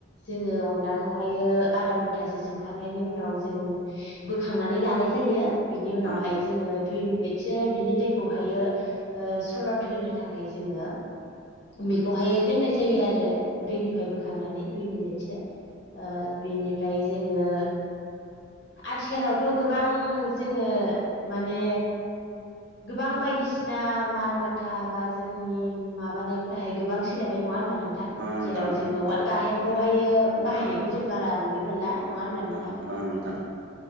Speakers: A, on the left; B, on the right.
A: जोङो अनलाखौ बेहायो आधा घन्टासो सोमखांनायनि उनाव जों बोखांनानै लानाय जायो बिनि उनावहाय
B: ओं औ नोंथां
A: जोङो दुइ मिनिटसो बिनि दैखौहायो सरत होनो थाखाय जोङो बेखौहायो दोननाय जायो आरो दैनिफ्राय बोखांनानै दुइ मिनिटसो बिनिफ्राय जोङो आथिखालावथ' गोबां जोङो माने गोबां बायदिसिना माल माथा बा जोंनि माबानायफोराहाय गोबां सोलायबाय नङा होनोमबा नोंथ ां
B: ओं नोंथां
A: जेराव
B: नंगौ।
A: जोङो वाल् गाहेनखौहायो
B: उहाल
A: बाहायनायखौ जों बारा नुनो मोनला न' वान बानिथा
B: ओं ओं नोंथां